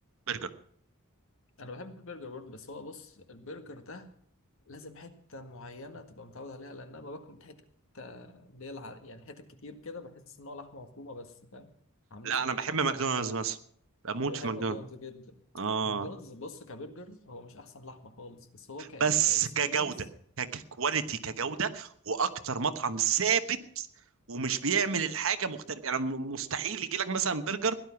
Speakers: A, on the right (about 65°); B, on the left (about 65°).
A: برجر
B: أنا بحب البرجر برضو بس هو بص البرجر ده لازم حتة معينة تبقى متعود عليها لأن أنا ما باكله من حتة اللي هي الع- يعني حتت كتير كده بحس إن هو لحمة مفرومة بس فاهم عاملين
A: لا
B: سندوتش
A: انا بحب
B: لحمة
A: ماكدونالدز
B: مفرومة
A: مثلا بموت
B: انا بحب
A: في ماكدونالدز
B: ماكدونالدز جدا
A: اه
B: ماكدونالدز بص كبرجر هو مش احسن لحمه خالص بس هو ك
A: بس
B: كاكسبيرينس
A: كجودة ككواليتي كجودة واكتر مطعم ثابت ومش بيعمل الحاجة مختلفة يعني م- مستحيل يجي لك مثلا برجر